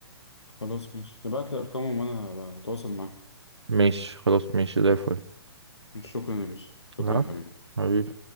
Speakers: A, on the left; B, on the right.
A: خلاص ماشي ابعت لي ارقامهم وانا هتواصل معاه
B: ماشي خلاص ماشي زي الفل
A: شكرا يا باشا شكرا
B: لا
A: يا حبيبي
B: حبيبي